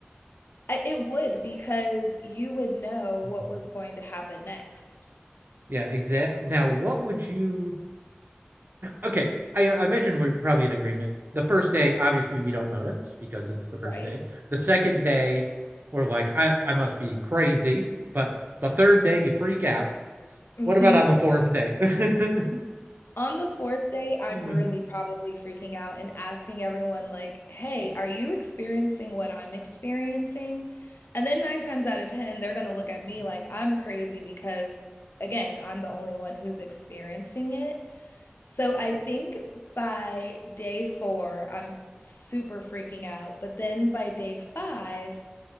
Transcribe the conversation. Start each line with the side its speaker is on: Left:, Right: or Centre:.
Left: I it would because you would know what
Right: Mhm.
Left: was going to happen next,
Right: Yeah, exact. Now, what would you okay, I, I imagine we're probably in agreement. The first day, obviously, we don't notice because it's the first
Left: right?
Right: day. The second day, we're like, I, I must be crazy. But the third day, you freak out.
Left: Mhm.
Right: What about on the fourth day? <laughs>
Left: On the 4th day, I'm
Right: hmm
Left: really probably freaking out and asking everyone like, "Hey, are you experiencing what I'm experiencing?" And then 9 times out of 10, they're going to look at me like I'm crazy because again, I'm the only one who's experiencing it. So I think by day 4, I'm super freaking out, but then by day 5,